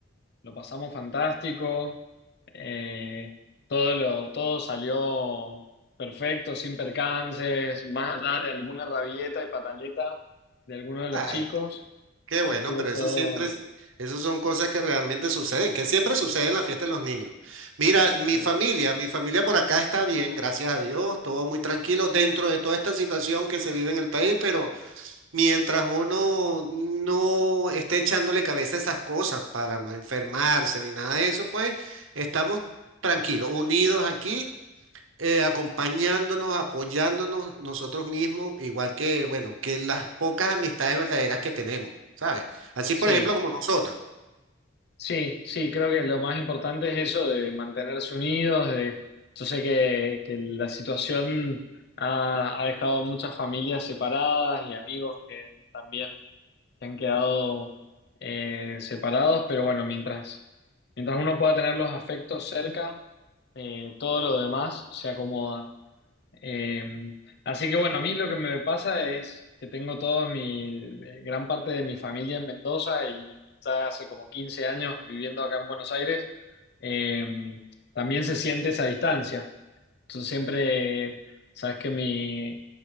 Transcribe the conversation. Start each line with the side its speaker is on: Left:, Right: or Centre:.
Left: lo pasamos fantástico, eh, todo lo, todo salió perfecto, sin percances, más allá de alguna rabieta y pataleta de alguno de los
Right: ay,
Left: chicos,
Right: qué bueno,
Left: estuvo
Right: pero
Left: todo,
Right: eso siempre es, eso son cosas que realmente suceden, que siempre suceden en la fiesta de los niños. Mira, mi
Left: eh,
Right: familia, mi familia por acá está bien, gracias a Dios, todo muy tranquilo dentro de toda esta situación que se vive en el país, pero... Mientras uno no esté echándole cabeza a esas cosas para no enfermarse ni nada de eso, pues estamos tranquilos, unidos aquí, eh, acompañándonos, apoyándonos nosotros mismos, igual que, bueno, que las pocas amistades verdaderas que tenemos, ¿sabes? Así,
Left: sí,
Right: por ejemplo, como nosotros.
Left: Sí, sí, creo que lo más importante es eso de mantenerse unidos, de yo sé que, que la situación ha, ha dejado muchas familias separadas y amigos que también que han quedado eh, separados, pero bueno, mientras, mientras uno pueda tener los afectos cerca, eh, todo lo demás se acomoda. Eh, así que bueno, a mí lo que me pasa es que tengo toda mi, eh, gran parte de mi familia en Mendoza y ya hace como 15 años viviendo acá en Buenos Aires, eh, también se siente esa distancia. Entonces siempre, sabes que mi,